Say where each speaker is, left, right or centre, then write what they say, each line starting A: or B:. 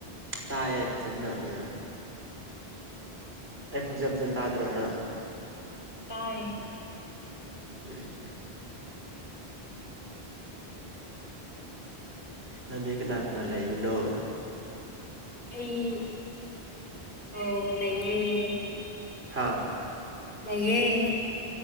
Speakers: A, on the right; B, on the left.
A: ꯇꯥꯏꯌꯦ ꯐꯖꯅ ꯎꯝ ꯑꯩ ꯈꯣꯟꯁ ꯐꯖꯅ ꯇꯥꯗꯣꯏꯔꯣ ꯅꯪ
B: ꯇꯥꯏ
A: ꯎꯝ ꯅ ꯀꯅꯥ ꯀꯅꯥ ꯂꯕꯅꯣ
B: ꯑꯩ ꯑ ꯂꯩꯌꯦ ꯎꯝ
A: ꯍꯥꯥ
B: ꯅꯌꯦ